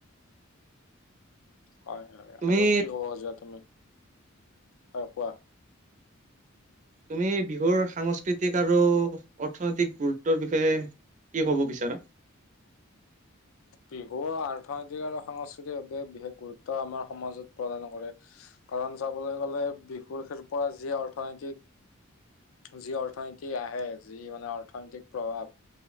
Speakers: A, on the left; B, on the right.
A: হয়-হয়
B: তুমি
A: আৰু কি ক'ব খুজিবা তুমি হয় কোৱা?
B: তুমি বিহুৰ সাংস্কৃতিক আৰু অৰ্থনৈতিক গুৰুত্বৰ বিষয়ে কি ক'ব বিচাৰা?
A: বিহু অ, আৰ্থনৈতিক আৰু সাংস্কৃতিভাৱে বিশেষ গুৰুত্ব আমাৰ সমাজত প্ৰদান কৰে। কাৰণ চাবলৈ গ'লে বিহুৰ শিল্পৰ যি অৰ্থনৈতিক যি অৰ্থনীতি আহে যি মানে অৰ্থনৈতিক প্ৰভাৱ